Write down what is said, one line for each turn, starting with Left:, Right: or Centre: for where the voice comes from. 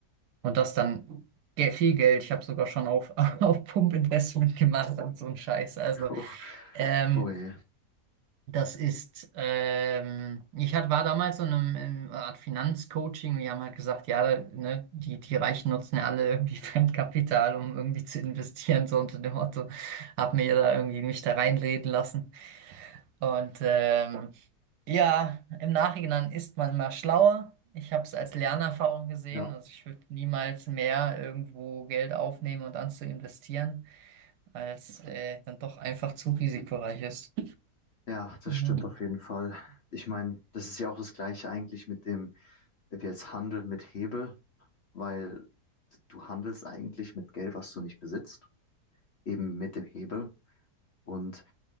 Right: Und das dann ge- viel Geld. Ich habe sogar schon auf, <laughs> auf Pump-Investment gemacht und so ein Scheiß. Also,
Left: <laughs>
Right: ähm,
Left: Oh je.
Right: das ist, ähm, ich hat, war damals so in einem, in einer Art Finanzcoaching. Die haben halt gesagt, ja, ne, die, die Reichen nutzen ja alle irgendwie <laughs> Fremdkapital, um irgendwie zu investieren, so unter dem Motto. Hab mir da irgendwie mich da reinreden lassen. Und ähm, ja, im Nachhinein ist man mal schlauer. Ich habe es als Lernerfahrung gesehen.
Left: Ja,
Right: Also ich würde niemals mehr irgendwo Geld aufnehmen und dann zu investieren, weil es äh, dann doch einfach zu risikoreich ist.
Left: ja, das
Right: Mhm.
Left: stimmt auf jeden Fall. Ich meine, das ist ja auch das Gleiche eigentlich mit dem, wenn wir jetzt handeln mit Hebel, weil du handelst eigentlich mit Geld, was du nicht besitzt, eben mit dem Hebel. Und